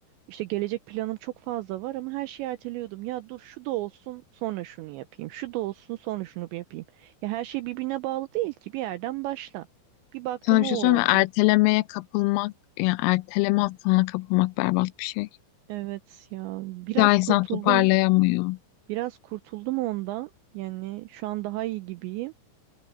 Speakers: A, on the right; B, on the left.
A: İşte gelecek planım çok fazla var ama her şeyi erteliyordum. Ya dur şu da olsun sonra şunu yapayım. Şu da olsun sonra şunu bir yapayım. Ya her şey birbirine bağlı değil ki bir yerden başla. Bir baktın
B: Sana bir
A: o
B: şey
A: oldu.
B: söyleyeyim mi? Ertelemeye kapılmak, yani erteleme hastalığına kapılmak berbat bir şey.
A: Evet ya biraz
B: Bir daha insan
A: kurtuldum.
B: toparlayamıyor.
A: Biraz kurtuldum ondan. Yani şu an daha iyi gibiyim.